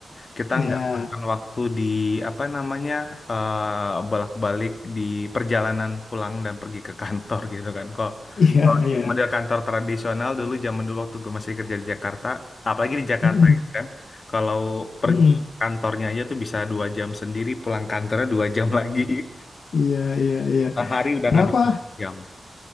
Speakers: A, on the left (about 55°); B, on the left (about 80°).
A: kita
B: ya,
A: nggak makan waktu di apa namanya eh, bolak-balik di perjalanan pulang dan pergi ke kantor <laughs> gitu kan. Kok
B: iya,
A: kalau
B: iya.
A: yang model kantor tradisional dulu zaman dulu waktu gue masih kerja di Jakarta, apalagi di Jakarta
B: Mm-mm,
A: gitu kan, kalau pergi
B: mm-mm.
A: kantornya aja tuh bisa dua jam sendiri, pulang kantornya dua jam lagi. <laughs>
B: Iya, iya, iya.
A: Sehari udah
B: Kenapa,
A: nggak bisa jam.